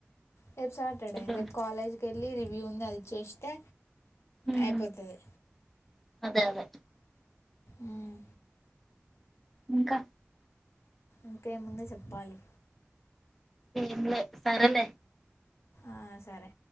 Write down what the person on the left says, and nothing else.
రేపు సాటర్డే
రేపు కాలేజ్ కెళ్ళి రివ్యూ ఉంది అది చేస్తే
అయిపోతది
మ్
ఇంకేముంది చెప్పాలి
ఆ సరే